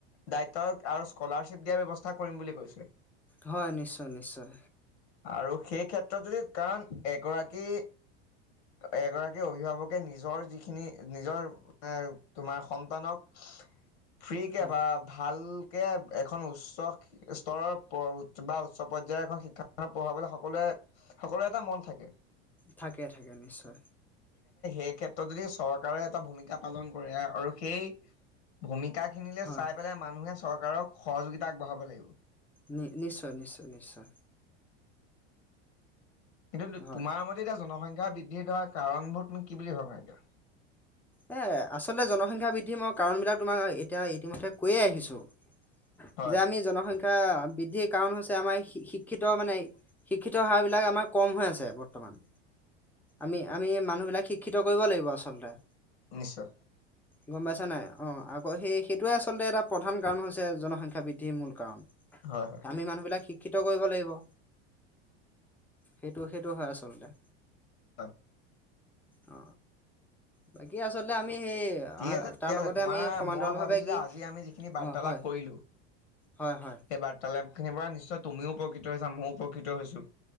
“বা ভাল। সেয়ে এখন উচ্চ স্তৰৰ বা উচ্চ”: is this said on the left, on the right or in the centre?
Left